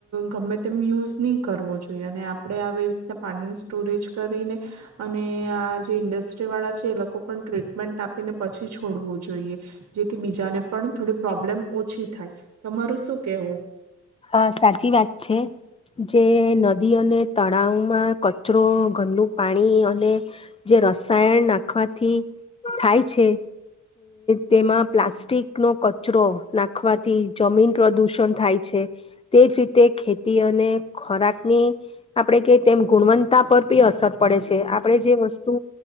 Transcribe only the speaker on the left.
હા સાચી વાત છે જે નદી અને તળાવમાં કચરો ગંદુ પાણી અને જે રસાયણ નાખવાથી થાય છે તેમાં પ્લાસ્ટિક નો કચરો નાખવાથી જમીન પ્રદુષણ થાય છે તેજ રીતે ખેતી અને ખોરાકની આપણેે કે તેમ ગુણવત્તા પર બી અસર પડે છે આપણેે જે વસ્તુ